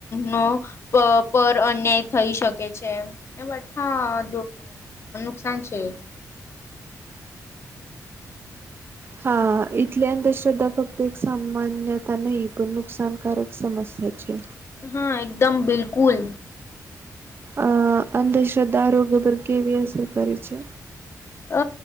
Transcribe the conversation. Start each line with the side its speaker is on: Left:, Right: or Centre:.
Left: નો પર અન્યાય થઈ શકે છે, એ બા નુકસાન જ.
Right: હા, એથલે અંધશ્રદ્ધા ફક્ત એક સામાન્યતા નહી, પણ નુકસાનકારક સમસ્યા છે.
Left: હા, એકદમ બિલકુલ.
Right: અ અંધશ્રદ્ધા આરોગ્ય પર કેવી અસર કરે છે?
Left: અ